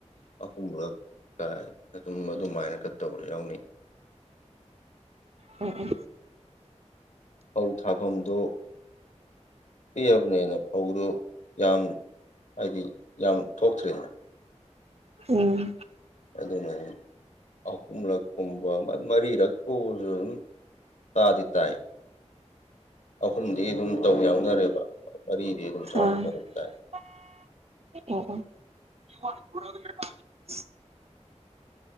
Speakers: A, on the left; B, on the right.
A: ꯑꯍꯨꯝꯂꯛ ꯀꯥꯏ ꯑꯗꯨꯝ ꯑꯗꯨꯃꯥꯏꯅ ꯀ ꯇꯧꯕ ꯌꯥꯎꯅꯩ
B: ꯑꯣ ꯑꯣ
A: ꯐꯧ ꯊꯥꯐꯝꯗꯨ ꯄꯤꯑꯕꯅꯦꯅ ꯐꯧꯗꯨ ꯌꯥꯝ ꯍꯥꯏꯗꯤ ꯌꯥꯝ ꯊꯣꯛꯇ꯭ꯔꯔꯤꯅ
B: ꯎꯝ
A: ꯑꯗꯨꯅ ꯑꯍꯨꯝꯂꯛꯀꯨꯝꯕ ꯃꯔꯤꯔꯛꯀꯕꯁꯨ ꯑꯗꯨꯝ ꯇꯥꯗꯤ ꯇꯥꯏ ꯑꯍꯨꯝꯗꯤ ꯑꯗꯨꯝ ꯇꯧ ꯌꯥꯎꯅꯔꯦꯕ ꯃꯔꯤꯗꯤ ꯑꯗꯨꯝ ꯆꯥꯎꯔꯥꯛꯄ
B: ꯑꯥ
A: ꯑꯗꯨꯝ ꯇꯥꯏ
B: <inaudible>